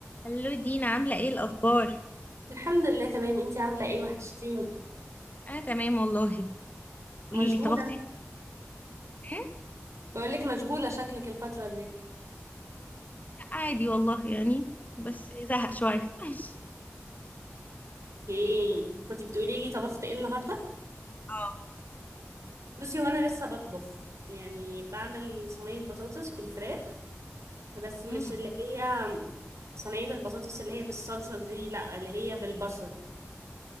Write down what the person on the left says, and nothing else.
الو دينا عاملة ايه الأخبار؟
أنا تمام والله قوليلي
طبختي ايه؟ "إيه،
عادي والله يعني بس زهق شوية <laughs>
اه
مم.